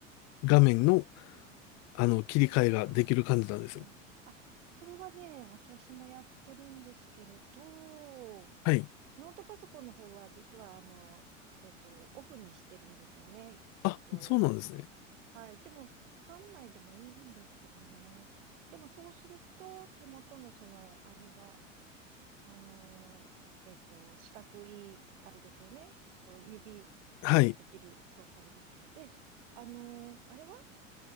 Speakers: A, on the left; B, on the right.
A: 画面の、
B: はい。
A: あの、
B: ですよね。
A: 切り替えができる感じなんですよ。
B: ああ、はい。あ、それはね、私もやってるんですけれど、
A: はい。
B: ノートパソコンの方は実はあの、えっと、オフにしてるんですよね。えっと、
A: あ、そうなんですね。
B: はい。でも3枚でもいいんですけどね。でもそうすると手元のその、あれが、あの、えっと、四角い、あれですよね。こう指でできる、
A: はい。
B: 操作できる。で、あの、あれは